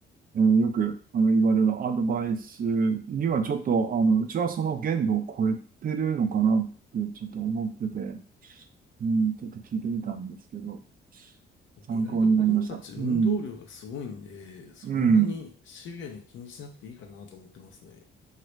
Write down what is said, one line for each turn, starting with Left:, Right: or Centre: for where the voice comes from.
Right: えーよくあの言われるアドバイスにはちょっと、あの、うちはその限度を超えてるのかなってちょっと思ってて、うん、ちょっと聞いてみたんですけど、参考になりました。
Left: 意外と子供たち運動量がすごいんで、
Right: うん、
Left: そんなにシビアに気にしなくていいかなと思ってますね。
Right: うん、